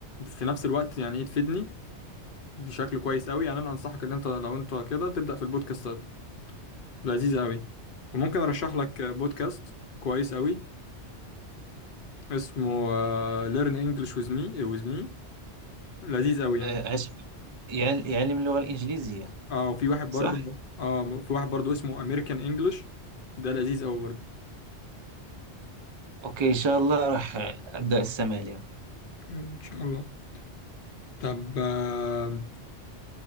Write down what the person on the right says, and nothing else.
آه، عش- يعل- يعلم اللغة الإنجليزية
صح؟
اوكي ان شاء الله راح ابدا استمع لهم